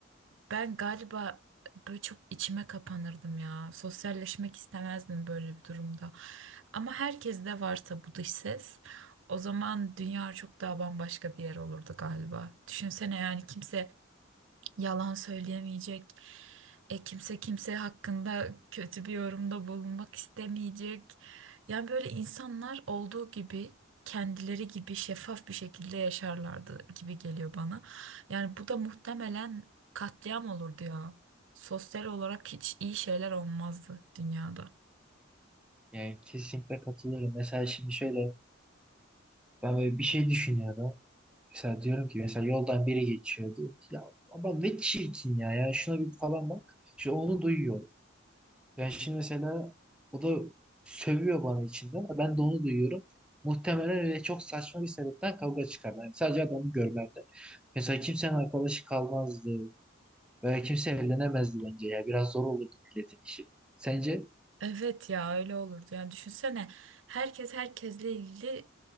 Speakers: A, on the right; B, in the centre.
A: ben galiba böyle çok içime kapanırdım ya. Sosyalleşmek istemezdim böyle bir durumda. Ama herkes de varsa bu dış ses o zaman dünya çok daha bambaşka bir yer olurdu galiba. Düşünsene yani kimse yalan söyleyemeyecek. E, kimse kimse hakkında kötü bir yorumda bulunmak istemeyecek. Yani böyle insanlar olduğu gibi kendileri gibi şeffaf bir şekilde yaşarlardı gibi geliyor bana. Yani bu da muhtemelen katliam olurdu ya. Sosyal olarak hiç iyi şeyler olmazdı dünyada.
B: Yani kesinlikle katılıyorum. Mesela şimdi şöyle ben böyle bir şey düşünüyorum. Mesela diyorum ki mesela yoldan biri geçiyor diyor ki ya ama ne çirkin ya ya şuna bir falan bak. Şu onu duyuyor. Yani şimdi mesela o da sövüyor bana içinden. Ben de onu duyuyorum. Muhtemelen öyle çok saçma bir sebepten kavga çıkarlar. Yani sadece adamı görmemde. Mesela kimsenin arkadaşı kalmazdı. Böyle kimse evlenemezdi bence ya. Biraz zor olurdu milletin işi. Sence?
A: Evet ya öyle olurdu. Yani düşünsene herkes herkesle ilgili